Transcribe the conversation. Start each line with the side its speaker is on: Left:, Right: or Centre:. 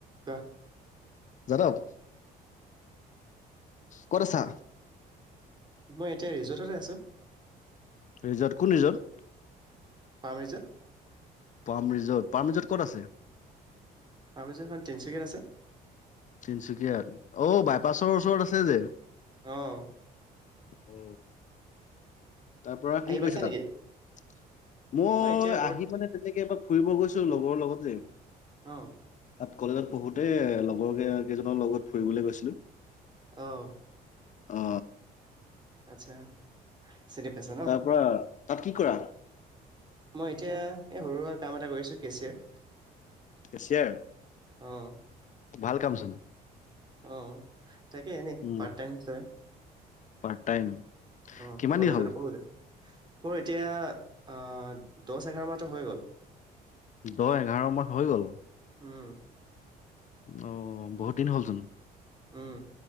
Right: কাহ
Left: যাদব ক'ত আছা
Right: মই এতিয়া ৰিজৰ্টতে আছো
Left: ৰিজৰ্ট কোন ৰিজৰ্ট
Right: পাম ৰিজৰ্ট
Left: পাৰ্ম ৰিজৰ্ট পাৰ্ম ৰিজৰ্ট ক'ত আছে
Right: পাৰ্ম ৰিজত খন তিনিচুকীয়াত আছে
Left: তিনচুকীয়াত অ বাইপাছৰ ওচৰত আছে <unintelligible> যে
Right: অহ
Left: অ তাৰ পৰা কি
Right: আহি
Left: কৰিছে
Right: পাইছা
Left: তাত
Right: নেকি
Left: মই
Right: এতিয়া
Left: আহি
Right: বৰ্ত
Left: মানে তেনেকে এবাৰ ফুৰিব গৈছো লগৰ লগত যে
Right: অ
Left: তাত কলেজত পঢ়োতে লগৰ কেইজনৰ লগত ফুৰিবলৈ গৈছিলো
Right: আহ
Left: অ
Right: আচ্ছা চিনি পাইছ ন
Left: তাৰ পৰা তাত কি কৰা
Right: মই এতিয়া এ সৰু সৰা কাম এটা কৰিছোঁ কেচিয়াৰ
Left: কেচিয়াৰ
Right: অঁহ
Left: ভাল কামচোন
Right: অ তাকে এনেই
Left: উম,
Right: পাৰ্ট টাইম হিচাপে
Left: পাৰ্ট টাইম
Right: অ
Left: কিমান
Right: কলেজৰে
Left: দিন হ'ল?
Right: পঢ়োতে মোৰ এতিয়া দহ এঘাৰ মাহটো হৈ গ'ল
Left: দহ এঘাৰ মাহ হৈ গ'ল
Right: উম
Left: অ বহুত দিন হলচোন
Right: উম